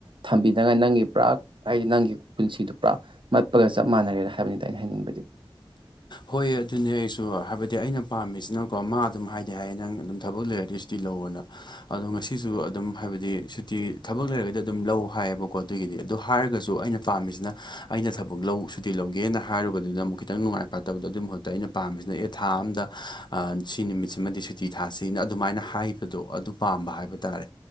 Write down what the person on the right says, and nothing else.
ꯊꯝꯕꯤ ꯅꯪ ꯅꯪꯒꯤ ꯄꯨꯔꯥ ꯍꯥꯏꯗꯤ ꯅꯪꯒꯤ ꯄꯨꯟꯁꯤꯗꯨ ꯄꯨꯔꯥ ꯃꯠꯄꯒ ꯆꯞ ꯃꯥꯟꯅꯔꯦꯅ ꯍꯥꯏꯕꯅꯤꯗ ꯑꯩꯅ ꯍꯥꯏꯅꯤꯡꯕꯗꯤ